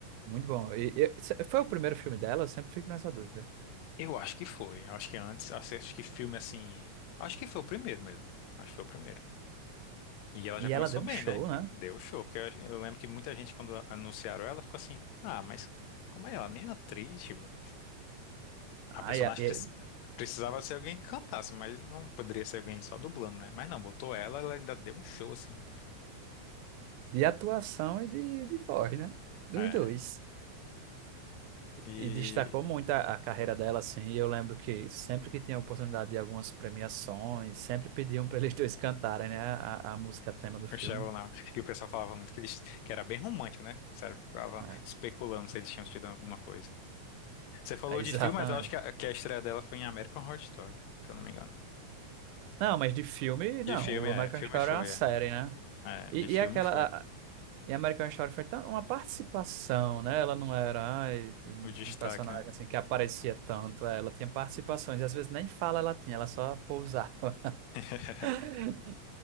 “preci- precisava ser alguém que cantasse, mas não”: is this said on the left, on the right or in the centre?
Left